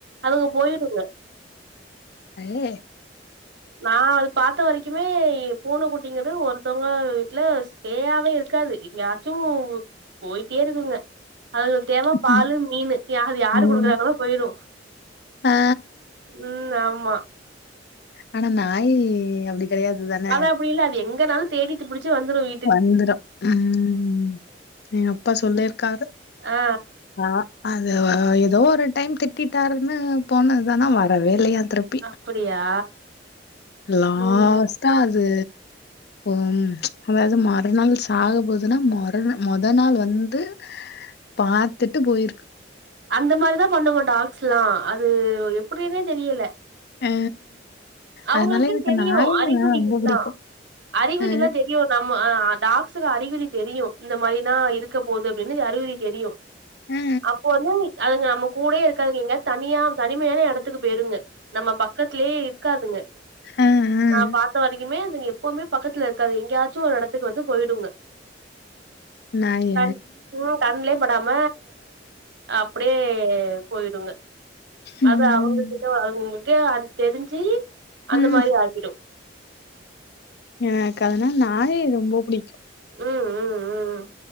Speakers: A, on the right; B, on the left.
A: அதுங்க போயிருங்க
B: ஐயய
A: நா அது பாத்த வரைக்குமே பூன குட்டிங்கது ஒருத்தவங்க வீட்ல சேயாவே இருக்காது எங்கயாச்சு போய்ட்டே இருகுங்க அதுகளுக் தேவ பாலு
B: ம்
A: மீனு அது யாரு
B: ம்.
A: குடுக்குறாங்கலோ போயிரு
B: ஆ
A: ம் ஆமா
B: ஆனா நாயி அப்டி கெடையாது தானே
A: அது அப்படி இல்ல அது எங்கனாலு தேடிட்டு புடிச்சு வந்துரு வீ
B: வந்துரு ம் எங்கப்பா சொல்லிர்க்காரு
A: ஆ
B: ஆனா அது ஒ எதோ ஒரு டைம் திட்டிட்டாருன்னு போனத்தானா வரவே இல்லையா திருப் பி
A: ஆ அப்டியா
B: லாஸ்
A: ம்
B: ட்டா அது ம் அதாவ்து மறுநள் சாகபோதுன்னா மறு மொத நாள் வந்து பாத்துட்டு போயிருக்கு
A: அந்த மாரிதா பண்ணுங்க டாக்ஸ் ல்லா அது எப்படினே தெரியல
B: அ
A: அவுங்களுக்குன்
B: அதனால எனக்கு
A: தெரியு
B: நாய்ங்கனா
A: அறிகுறி
B: ரொம்ப
A: எல்லா
B: பிடிக்கும்.
A: அறிகுறி
B: அ
A: ல்லா தெரியு நம்ம அ டாக்ஸ் க்கு அறிகுறி தெரியு இந்த மாரில்லா இருக்க போகுது அப்டினு அறிகுறி தெரியு
B: அ
A: அப்போ வந்து அதுங்க நம்ம கூடேய இருக்காதுங்க எங்கயாத் தனியா தனிமையான எடத்துக்கு போய்ருங்க நம்ம பக்கத்துல்யே இருக்காதுங்க
B: அ அ அ.
A: நா பாத்த வரிக்குமே அதுங்க எப்பவுமே பக்கத்துல இருக்காது எங்கேயாச்சு ஒரு எடத்துக்கு வந்து போயிடுங்க
B: நாய
A: கண் உ கண்லே படாம அப்டியே போய்டுங்க
B: ம்
A: அது அவுங்ககிட்ட ஒ <unintelligible> அ தெரிஞ்சு அந்த
B: ம்
A: மாரி ஆகிடு
B: எனக்கதுனா நாயி ரொம்ப புடிக்கு
A: ம் ம் ம்